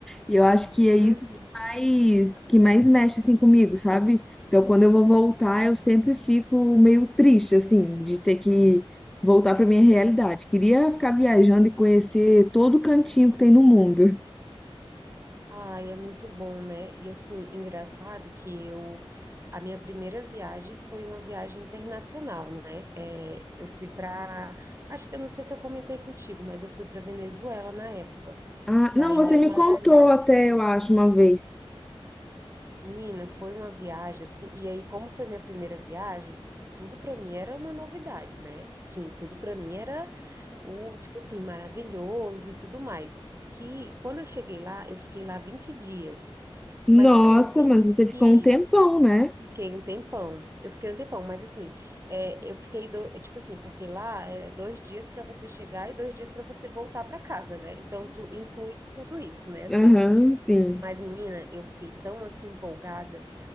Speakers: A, in the centre; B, on the right.
A: E eu acho que é isso
B: uhum.
A: que mais, que mais mexe, assim, comigo, sabe? Então, quando eu vou voltar, eu sempre fico meio triste, assim, de ter que voltar para minha realidade. Queria ficar viajando e conhecer todo o cantinho que tem no mundo.
B: Ai, é muito bom, né? E assim, engraçado que eu. A minha primeira viagem foi uma viagem internacional, né? É, eu fui para. Acho que eu não sei se eu comentei contigo, mas eu fui para Venezuela na época,
A: Ah,
B: para
A: não,
B: Ilhas
A: você me
B: Margaritas.
A: contou até, eu acho, uma vez.
B: Menina, foi uma viagem assim, e aí como foi minha primeira viagem, tudo para mim era uma novidade, né? Sim, tudo para mim era o tipo assim maravilhoso e tudo mais. Que quando eu cheguei lá, eu fiquei lá 20 dias.
A: Nossa,
B: Mas assim, pensa
A: mas você ficou
B: que
A: um tempão, né?
B: fiquei um tempão. Eu fiquei um tempão, mas assim, é, eu fiquei do, tipo assim, porque lá é dois dias para você chegar e dois dias para você voltar para casa, né? Então tu inclui tudo isso, né? Assim.
A: Aham, sim.
B: Mas, menina, eu fiquei tão assim empolgada